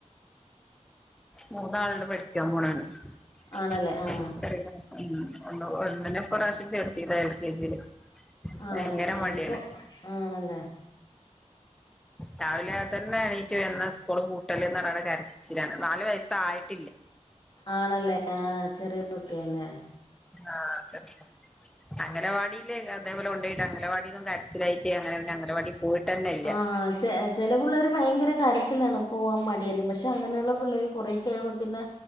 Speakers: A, in the centre; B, on the left.
A: മൂന്നാൾണ്ട് പഠിക്കാൻ പോണാണ്. <unintelligible>
B: ആണല്ലേ ആ
A: ഉം ഒന്ന് ഒന്നിനപ്രാവിശ്യേം ചേർത്തിത എൽ കെ ജി ല്.
B: ആ
A: ഭയങ്കര
B: എനി- എനിക്കും
A: മടിയാണ്.
B: ആണല്ലേ
A: രാവിലെ തന്നെ നീറ്റ് വരുന്നത്. സ്കൂള് പൂട്ടലന്ന് പറഞ്ഞാണ്ട് കരച്ചിലാണ് നാല് വയസായിട്ട്
B: ആണല്ലേ ആഹ് ചെറിയ കുട്ടിയല്ലേ
A: ആഹ് അങ്ങലവാടില്തേപോലെ കൊണ്ടയിട അംഗലവാടിയിന്നും കര് ചിലായിട്ട് അങ്ങനെ പിന്നെ അംഗനവാടി പോയിട്ടന്നെ ഇല്ല
B: ആഹ് ചെല പുള്ളേര് ഭയങ്കര കരച്ചിലാണ് പോകാൻ മടിയായിരിക്കും പക്ഷെ അങ്ങനെയുള്ള പിള്ളേർ കുറെ കഴിയുമ്പോ പിന്നെ